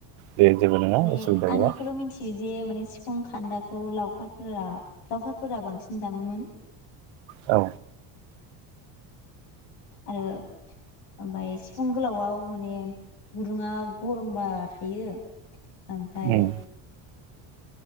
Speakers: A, on the right; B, on the left.
A: दे जेबो नङा
B: माने
A: उसुबिदा
B: आं
A: गैया
B: बेखौल' मिथियो जे माने सिफुं खानदा ओ लावखारफोरा दावखारफोरा बांसिन दामोमोन
A: औ
B: आरो ओमफ्राय सिफुं गोलावआव माने गुदुङा गरंबा थायो ओमफ्राय
A: उम